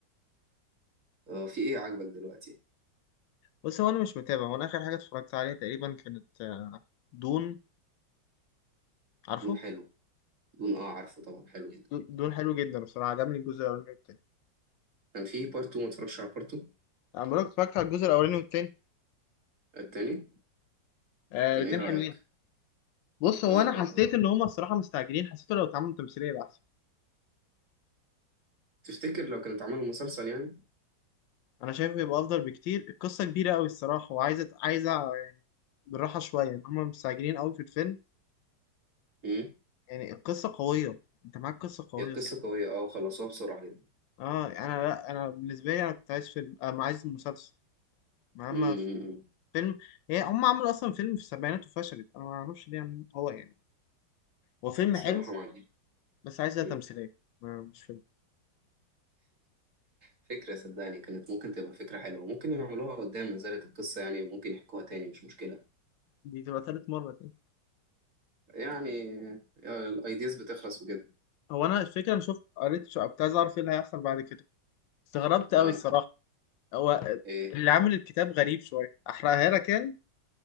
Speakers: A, on the right; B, on the left.
A: آه، في ايه عاجبك دلوقتي
B: بص هو انا مش متابع هو انا اخر حاجه اتفرجت عليها تقريبا كانت آه، دون عارفه
A: دون حلو دون اه عارفه طبعا حلو جدا
B: دون دون حلو جدا بصراحه عجبني الجزء الاولاني والتاني
A: كان في بارت 2 ما اتفرجش على بارت 2
B: انا بقولك اتفرجت على الجزء الاولاني والتاني
A: التاني
B: آه
A: كان
B: الاتنين
A: ايه رأيك
B: حلوين بص هو
A: آه آه
B: انا حسيت
A: آه.
B: ان هما الصراحه مستعجلين حسيت لو اتعملوا تمثيليه يبقى احسن
A: تفتكر لو كانت عملوا مسلسل يعني
B: انا شايف بيبقى افضل بكتير القصه كبيره قوي الصراحه وعايزه عايزه يعني بالراحه شويه ان هم مستعجلين قوي في الفيلم
A: امم
B: يعني القصه قويه انت معاك قصه قويه
A: هي القصة
B: الصراحه
A: قوية اه وخلصوها بسرعة جدا
B: اه انا لا انا بالنسبه لي انا كنت عايز فيلم آه ما عايز مسلسل ما اما
A: امم
B: في- فيلم هي هم عملوا اصلا فيلم في السبعينات وفشلت انا ما اعرفش ليه عملوا- هو يعني هو فيلم
A: صراحة
B: حلو
A: ما عنديش
B: بس عايزها
A: مم.
B: تمثيليه ما مش فيلم
A: فكرة صدقني كانت ممكن تبقى فكرة حلوة ممكن يعملوها قدام ما زالت القصة يعني وممكن يحكوها تاني مش مشكلة
B: دي تبقى تالت مره كده
A: يعني آه، الايدياز بتخلص وكده
B: هو انا الفكره انا شفت قريت شو- كنت عايز اعرف ايه اللي هيحصل بعد كده استغربت قوي
A: اه
B: الصراحه هو
A: ايه
B: اللي عامل الكتاب غريب شوية أحرقها لك يعني